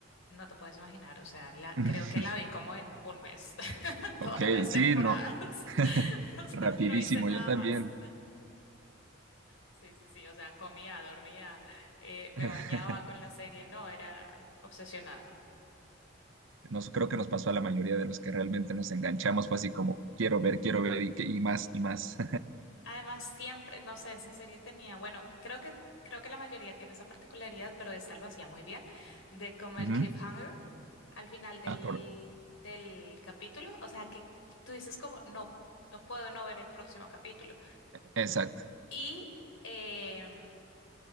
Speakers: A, on the left; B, on the right.
A: No te puedes imaginar, o sea, la,
B: <laughs>
A: creo que la vi como en un mes, <laughs>
B: Ok,
A: todas las
B: sí,
A: temporadas.
B: no.
A: <laughs>
B: <laughs>
A: O sea,
B: Rapidísimo,
A: no hice nada
B: yo también.
A: más. Sí, sí, sí, o sea, comía, dormía, eh, me
B: <laughs>
A: bañaba con la serie, no, era obsesionada.
B: Nos, creo que nos pasó a la mayoría de los que realmente nos enganchamos, fue así como, quiero ver, quiero ver y, que- y más y más.
A: Además, siempre, no sé, esa serie tenía, bueno, creo que, creo que la mayoría tiene esa particularidad, pero esta lo hacía muy bien, de como
B: <laughs>
A: el
B: Ujú.
A: cliffhanger al final del,
B: Ah, cor-
A: del capítulo, o sea, que tú dices como, no, no puedo no ver el próximo capítulo.
B: Exacto.
A: Y, em,